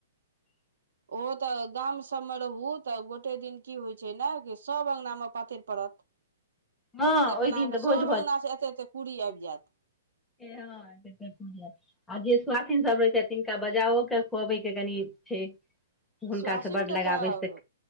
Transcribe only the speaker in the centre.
<inaudible>
हँ
ओहि दिन
तऽ
भोज
ए हँ एते एते कुड़ी आइब आ जे सुवाासीन सब रहै छथि तिनका बजाओके खुअबै के कनि छै। हुनका
से बड लगाबै
से